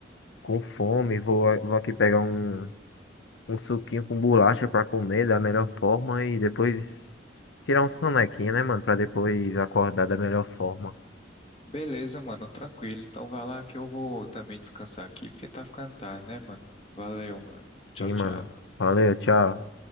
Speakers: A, on the left; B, on the left.
A: com fome. Vou, vou aqui pegar um. um suquinho com bolacha pra comer da melhor forma e depois tirar um sonequinho, né, mano? Pra depois acordar da melhor forma.
B: Beleza, mano, tranquilo. Então vai lá que eu vou também descansar aqui, porque tá ficando tarde, né, mano? Valeu, mano.
A: Sim,
B: Tchau,
A: mano.
B: tchau.
A: Valeu, tchau.